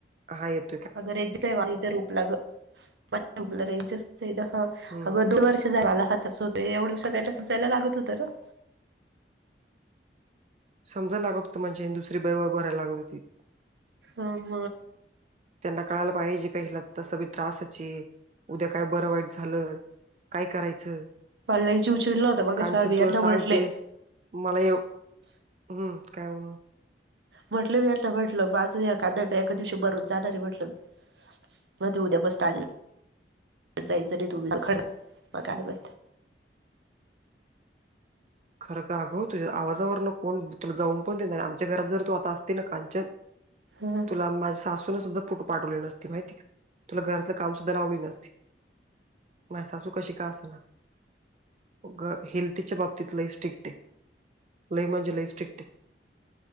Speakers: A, on the right; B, on the right.
A: हा येत
B: अगर रेंज काही इ रूपलाग रूपला रेंज ह
A: हम्म
B: अगं दोर्ष झाला ह त होत एवढ्या दिवसात त्याला समजायला लागत होत ना
A: समजय लागत होतंणे दुसरी बाैबा भरायला लागत होती
B: हम
A: त्यांना कळायला पाहिजे काहीला तसा त्रासची उद्या काय बरं वाईट झालं काय करायचं
B: पल्याची उ चचडला होता मग
A: कांचन
B: बियांना
A: तुला सांगते
B: म्हटले
A: मला हम्म काय म्होल
B: म्हटलं मी यांना म्हटलं माझं या कांदा्या म एका दिवशी मरून जाणार आहे म्हटलं मी. मग ते उद्या बसत जायचं र तुम मग काय ब
A: खरं का अगं तुझ्या आवाजावर ना कोण तुला जाऊन पण देणार आमच्या घरात जर तू आता असती ना कांचन <unintelligible>
B: हम
A: तुला माझ्या सासूनं सुद्धा फोटो पाठवले नसते माहिती का तुला घरातलं काम सुद्धा लावली नसते. माझी सासू कशी का असना ग हेल्थच्या बाबती त लई सटिक टे लई म्हणजे लईस्टिक टे